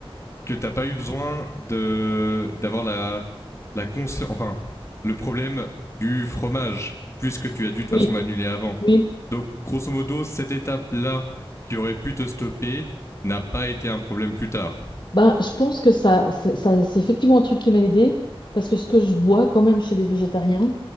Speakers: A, on the left; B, on the left.
A: que t'as pas eu besoin de d'avoir la la consci- enfin le problème du fromage puisque tu as dû de toute
B: Oui,
A: façon l'annuler avant.
B: oui.
A: Donc grosso modo cette étape là qui aurait pu te stopper n'a pas été un problème plus tard.
B: Ben, je pense que ça, ça- ça- c'est effectivement un truc qui m'a aidé parce que ce que je vois quand même chez les végétariens,